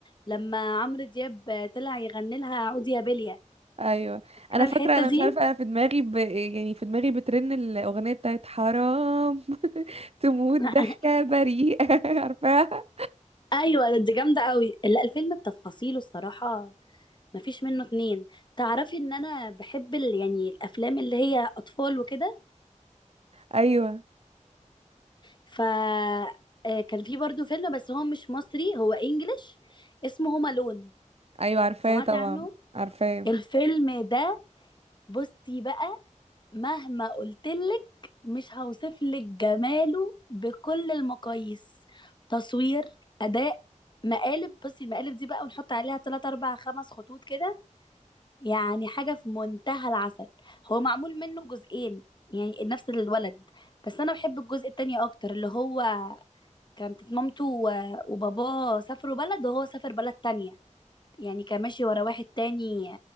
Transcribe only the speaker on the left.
لما عمرو دياب طلع يغني لها عودي يا بليا
فاكره
الحته
دي
<laughs>
ايوه دي جامده قوي لا الفيلم بتفاصيله الصراحه مفيش منه اتنين تعرفي ان انا بحب ال... يعني الافلام اللي هي اطفال وكده
ف آه، كان في برضو فيلم بس هو مش مصري هو انجليش اسمه هوم الون
سمعتي
عنه
الفيلم ده بصي بقى مهما قلتلك مش هوصفلك جماله بكل المقاييس تصوير أداء مقالب بصي المقالب دي بقى ونحط عليها تلات أربع خمس خطوط كده يعني حاجة في منتهى العسل هو معمول منه جزئين يعني نفس الولد بس أنا بحب الجزء التاني أكتر اللي هو كانت مامته و- وباباه سافروا بلد وهو سافر بلد تانية يعني كان ماشي ورا واحد تاني